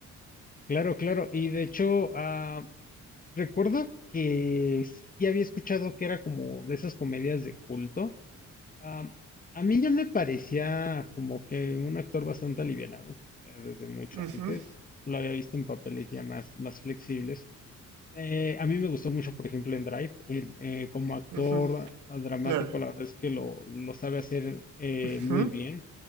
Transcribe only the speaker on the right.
Ujú,
ujú,
claro.
Ujú,